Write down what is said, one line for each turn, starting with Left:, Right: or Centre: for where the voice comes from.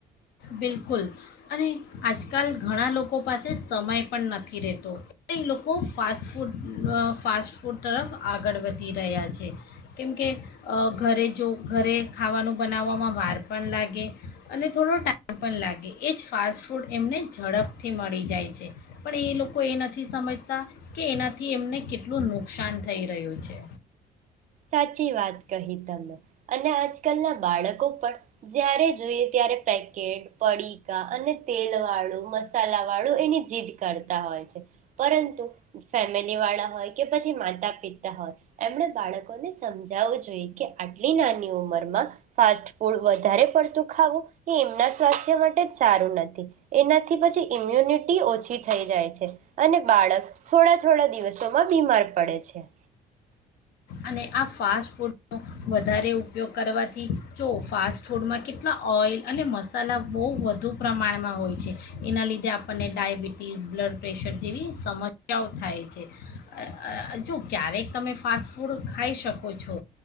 Left: બિલકુલ અને આજકાલ ઘણા લોકો પાસે સમય પણ નથી રહેતો એ લોકો ફાસ્ટ ફૂડ ફાસ્ટ ફૂડ તરફ આગળ વધી રહ્યા છે કેમકે ઘરે જો ઘરે ખાવાનું બનાવવામાં વાર પણ લાગે અને થોડો ટાઈ મ પણ લાગે એ જ ફાસ્ટફૂડ એમને ઝડપથી મળી જાય છે પણ એ લોકો એ નથી સમજતા કે એનાથી એમને કેટલું નુકસાન થઈ રહ્યું છે.
Right: સાચી વાત કહી તમે, અને આજકલ ના બાળકો પણ જ્યારે જોઈએ ત્યારે પેકેટ, પડીકા અને તેલ વાળું, મસાલા વાળું એની જીદ કરતા હોય છે, પરંતુ ફેમે લિવાળા હોય કે પછી માતા પીતા હો, ય એમણે બાળક ને સમજાવવું જોઈએ કે આટલી નાની ઉંમરમાં ફાસ્ટ ફૂડ વધારે પડતું ખાવું, એ એમના સ્વાસ્થ્ય માટે જ સારું નથી, એનાથી પછી ઈમ્યુનિટી ઓછી થઈ જાય છે, અને બાળક થોડા થોડા દિવસોમાં બીમાર પડે છે.
Left: અને આ ફાસ્ટ ફૂડનો વધારે ઉપયોગ કરવાથી જો ફાસ્ટ ફૂડમાં કેટલા ઓઇલ અને મસાલા બહુ વધુ પ્રમાણમાં હોય છે, એના લીધે આપણને ડાયબિટીસ, બ્લડ પ્રેશર જેવી સમસ્યાઓ થાય છે. અ અ જો ક્યારેક તમે ફાસ્ટ ફૂડ ખાઈ શકો છો,